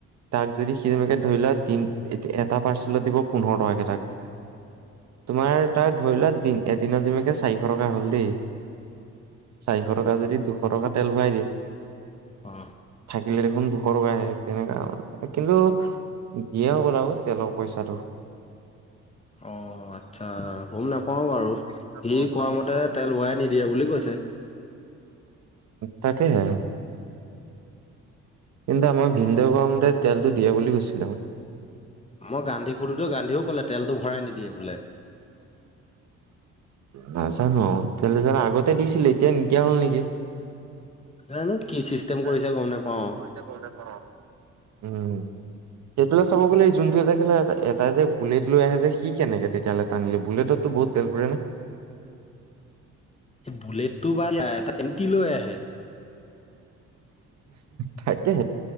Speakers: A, on the right; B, on the left.
A: তাক যদি সি তেনেকে ধৰি লোৱা দ এটা পাৰ্চেলত দিব পোন্ধৰ টকাকে টাক‌ তোমাৰ তাই ধৰিলে দিন এদিনত যেুনোকে চাৰিশ টকা হ'ল দেই চাৰিশ টকা যদি দুশ টকা তেল ভৰাই দিয়ে
B: অ
A: থাকিলে দেখোন দুশ টকা আহে তেনেকা কিন্তু দিয়ে হ গ'ল আৰু তেলৰ পইচাটো
B: অ আচ্ছা গম নাপাও বাৰু
A: নাপাওঁ
B: সি
A: বাৰু
B: কোৱা মতে তেল োৱাই নিদিয়ে বুলি কৈছে
A: তাকে হে কিন্ত আ ম বিন্দে ততে তেলটো দিয়া বুলি কৈছিলে ম
B: মই গান্ধী সুধোঁতে গান্ধীয়েও ক'লে তেলটো ভৰাই নিদিয়ে বোলে।
A: নাজানোলে জান আগতে দিছিলো এতিয়া নকিয়া হ'ল নেকি
B: জানো কি চিষ্টেম
A: জানো
B: কৰিছে
A: কি
B: গম নোপাও
A: কৰিছে গম নেপাওঁ। উম সেইটোে চাব গ'লে যোনটো এটা কেলে াই যে বুলেট লৈ আহে যে সি কেনেকে তেতিয়াহ'লে টানি বুলেটতো বহুত তেল পৰে না
B: এই বুলটটো এ এমটি লৈ আহে
A: থাকে